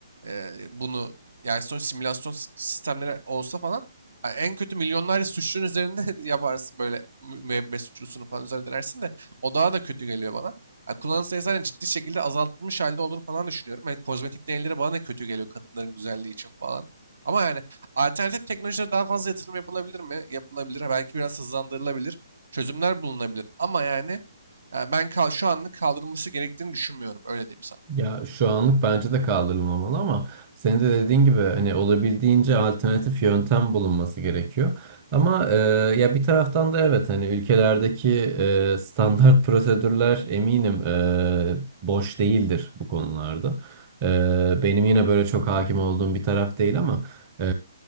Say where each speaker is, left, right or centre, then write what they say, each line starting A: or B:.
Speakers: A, on the right; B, on the right.
A: e, bunu yani sonuç simülasyon s- sistemleri olsa falan yani en kötü milyonlarca suçlunun üzerinde <laughs> yaparsın böyle mü- müebbet suçlusunu falan üzerine dersin de o daha da kötü geliyor bana. Ya kullanım sayısı zaten ciddi şekilde azaltılmış halde olduğunu falan düşünüyorum. Yani kozmetik deneyleri bana da kötü geliyor kadınların güzelliği için falan. Ama yani alternatif teknolojilere daha fazla yatırım yapılabilir mi? Yapılabilir. Ha, Belki biraz hızlandırılabilir. Çözümler bulunabilir. Ama yani, yani ben kal- şu anlık kaldırılması gerektiğini düşünmüyorum. Öyle diyeyim sana.
B: Ya şu anlık bence de kaldırılmamalı ama senin de dediğin gibi hani olabildiğince alternatif yöntem bulunması gerekiyor. Ama e, ya bir taraftan da evet hani ülkelerdeki e, standart <laughs> prosedürler eminim e, boş değildir bu konularda. E, benim yine böyle çok hakim olduğum bir taraf değil ama e,